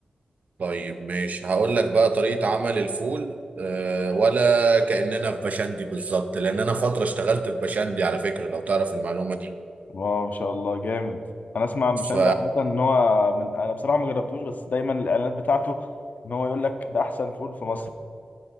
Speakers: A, on the right; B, on the left.
A: طيب ماشي هقول لك بقى طريقه عمل الفول أه ولا كاننا في بشندي بالظبط لان انا فتره اشتغلت في بشندي على فكره لو تعرف المعلومه دي
B: واو ما شاء الله جامد انا اسمع عن
A: ف
B: بشنجة عامه ان هو من انا بصراحه ما جربتوش بس دايما الاعلانات بتاعته ان هو يقول لك ده احسن فول في مصر